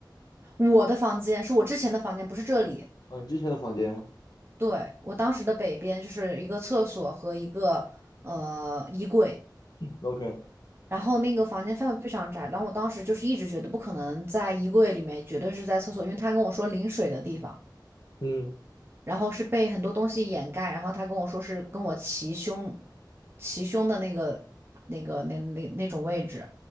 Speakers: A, on the right (about 30°); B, on the left (about 60°).
A: 我的房间是我之前的房间，不是这里。
B: 嗯，之前的房间
A: 对，我当时的北边就是一个厕所和一个呃衣柜，
B: ，OK，
A: 然后那个房间范围非常窄，然后我当时就是一直觉得不可能在衣柜里面，绝对是在厕所，因为他跟我说淋水的地方。
B: 嗯
A: 然后是被很多东西掩盖，然后他跟我说是跟我齐胸，齐胸的那个那个那那那种位置，